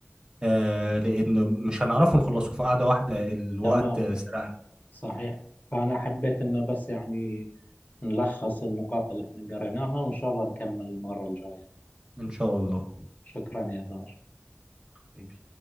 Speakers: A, on the right; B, on the left.
A: آه، لأن مش هنعرفوا نخلصوا في قعدة واحدة الوقت
B: تمام
A: آه، سرقنا
B: صحيح فانا حبيت انه بس يعني نلخص النقاط اللي احنا قريناها وان شاء الله نكمل المره الجايه
A: إن شاء الله
B: شكرا يا باشا
A: حبيبي